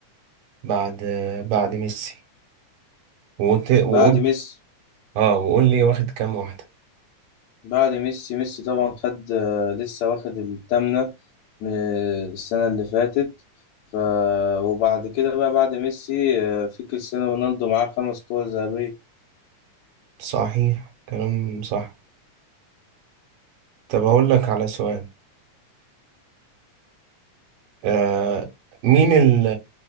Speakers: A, on the right; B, on the left.
A: بعد بعد ميسي وت... وقول
B: بعد ميسي
A: اه وقول لي واخد كام واحدة
B: بعد ميسي ميسي طبعا خد آه، لسه واخد التامنة من السنة اللي فاتت ف وبعد كده بقى بعد ميسي آه، في كريستيانو رونالدو معاه خمس كور ذهبية
A: صحيح كلام صح طب اقول لك على سؤال آه مين ال